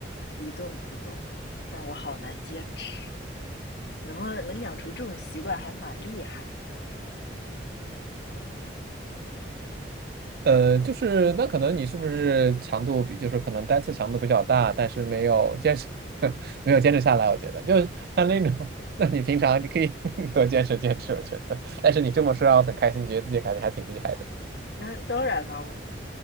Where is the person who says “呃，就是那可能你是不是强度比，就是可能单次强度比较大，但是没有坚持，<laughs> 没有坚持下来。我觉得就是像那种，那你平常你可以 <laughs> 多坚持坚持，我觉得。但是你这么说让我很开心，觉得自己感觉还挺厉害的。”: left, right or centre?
Right